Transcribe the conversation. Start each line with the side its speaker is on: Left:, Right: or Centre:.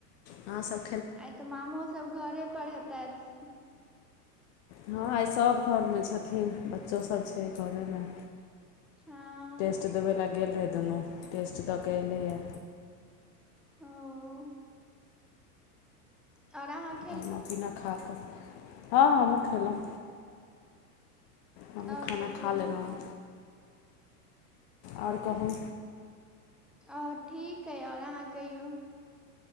Left: अहाँ सब
Centre: आइ तऽ मामो सब घरे पर हेतैथ?
Left: हँ आइ सब घरमे छथिन बच्चो सभ छैय घरेमे।
Centre: हँ
Left: टेस्ट देबै लए गेल रहै दुनू टेस्ट दऽ कऽ एयलैय।
Centre: ओ और अहाँके
Left: खाना पीना खा कऽ हँ हमहूँ खे लहुँ हमहूँ
Centre: आओर
Left: खाना
Centre: सब
Left: खा
Centre: कहियौ
Left: लेलहुँ हेँ आओर कहू।
Centre: आओर ठीक अइ आओर अहाँ कहियौ।